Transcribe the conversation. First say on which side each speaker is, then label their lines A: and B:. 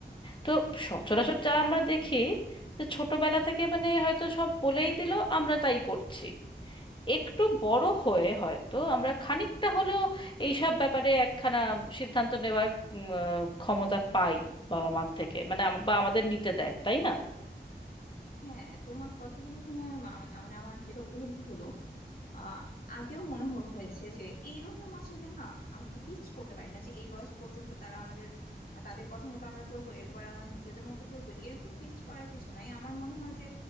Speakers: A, on the left; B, on the left.
A: তো সচরাচর
B: হ্যাঁ
A: যা
B: তা
A: আমরা দেখি যে ছোটবেলা থেকে মানে হয়তো সব বলেই দিল আমরা তাই করছি একটু বড় হয়ে হয়তো আমরা খানিকটা হলেও এইসব ব্যাপারে একখানা সিদ্ধান্ত নেওয়ার উম, আহ, ক্ষমতা পাই বাবা মার থেকে মানে আম- বা আমাদের নিতে দেয় তাই না
B: হ্যাঁ তোমার কথাগুলো শুনে মা- মানে মানে আমার যেটা উপলব্ধি হলো আহ আগেও মনে হ- হয়েছে যে এইরকম আসলে না আমরা ফিক্স করতে পারি না যে এই বয়স পর্যন্ত তারা আমাদের তাদের কথা মতো আমরা চলবো এরপর আমরা নিজেদের মতো চলবো এরকম ফিক্স করার কিছু নাই আমার মনে হয় যে